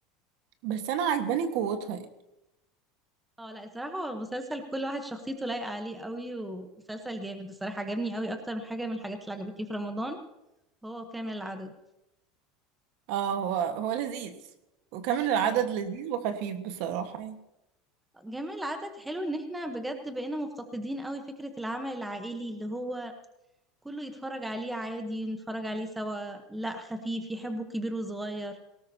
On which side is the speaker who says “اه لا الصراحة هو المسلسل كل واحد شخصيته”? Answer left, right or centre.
Centre